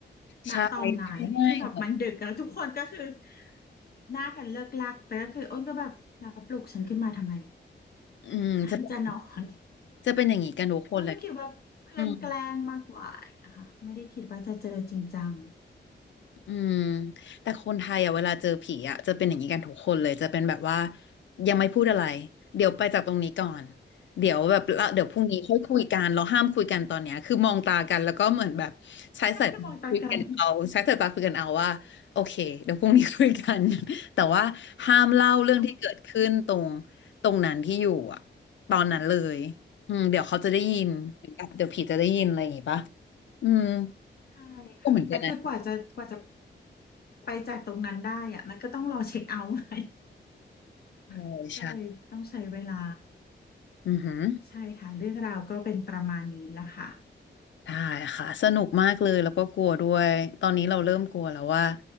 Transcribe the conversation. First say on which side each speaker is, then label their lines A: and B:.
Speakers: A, on the left; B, on the left.
A: ใช่ใช่
B: ณตอนนั้นที่แบบมันดึกแล้วทุกคนก็คือหน้ากันเลิกลักแต่ก็คืออ้นก็แบบแล้วปลุกฉันขึ้นมาทำไม
A: อืมจะเป็น
B: ฉันจะนอน
A: จะเป็นอย่างนี้กันทุกคนเลย
B: อ้นก็คิดว่าเพื่อนแกล้งมากกว่านะคะไม่ได้คิดว่าจะเจอจริงจัง
A: อืม อืมแต่คนไทยอ่ะเวลาเจอผีอ่ะจะเป็นอย่างนี้กันทุกคนเลยจะเป็นแบบว่ายังไม่พูดอะไรเดี๋ยวไปจากตรงนี้ก่อนเดี๋ยวแบบละเดี๋ยวพรุ่งนี้ค่อยคุยกันเราห้ามคุยกันตอนเนี้ยคือมองตากันแล้วก็เหมือนแบบใช้สายตาคุยกันเอาใช้สายตาคุยกันเอาว่าโอเคเดี๋ยวพรุ่งนี้คุยกัน
B: ให้กระบอกตากัน
A: <laughs> แต่ว่าห้ามเล่าเรื่องที่เกิดขึ้นตรง
B: อ๋อ
A: ตรงนั้นที่อยู่อ่ะตอนนั้นเลยอืมเดี๋ยวเขาจะได้ยินเดี๋ยวผีจะได้ยินอะไรอย่างงี้ปะอืม
B: ใช่ค่ะแต่คือกว่าจะกว่าจะ
A: ก็เหมือนกันนะ
B: ไปจากตรงนั้นได้อะมันก็ต้องรอเช็คเอาท์ไง
A: ใช่ใช่
B: <laughs> ก็เลยต้องใช้เวลา
A: อือหือ
B: ใช่ค่ะเรื่องราวก็เป็นประมาณนี้ละค่ะ
A: ได้ค่ะสนุกมากเลยแล้วก็กลัวด้วยตอนนี้เราเริ่มกลัวแล้วว่า